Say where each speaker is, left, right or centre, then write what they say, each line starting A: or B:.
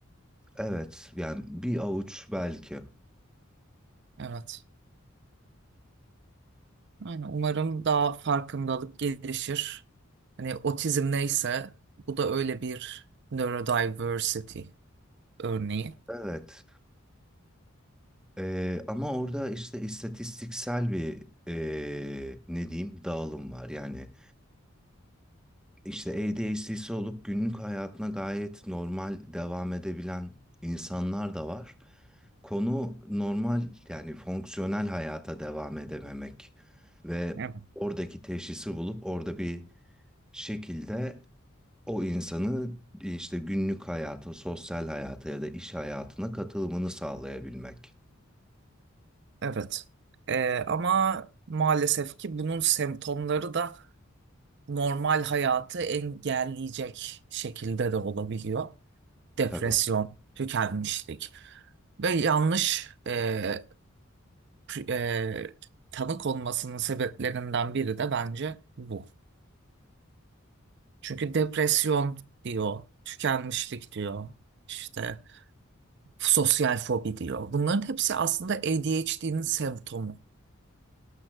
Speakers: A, in the centre; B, on the right.
A: Evet yani bir avuç belki.
B: Evet. Yani umarım daha farkındalık gelişir. Hani otizm neyse bu da öyle bir neurodiversity örneği.
A: Evet. Ee, ama orada işte istatistiksel bir ee, ne diyeyim dağılım var. Yani işte ADHD'si olup günlük hayatına gayet normal devam edebilen insanlar da var. Konu normal yani fonksiyonel hayata devam edememek ve
B: Evet.
A: oradaki teşhisi bulup orada bir şekilde o insanı işte günlük hayata, sosyal hayata ya da iş hayatına katılımını sağlayabilmek.
B: Evet. Ee, ama maalesef ki bunun semptomları da normal hayatı engelleyecek şekilde de olabiliyor. Depresyon,
A: Tabii.
B: tükenmişlik ve yanlış e, pri- e, tanı konmasının sebeplerinden biri de bence bu. Çünkü depresyon diyor, tükenmişlik diyor, işte sosyal fobi diyor. Bunların hepsi aslında ADHD'nin semptomu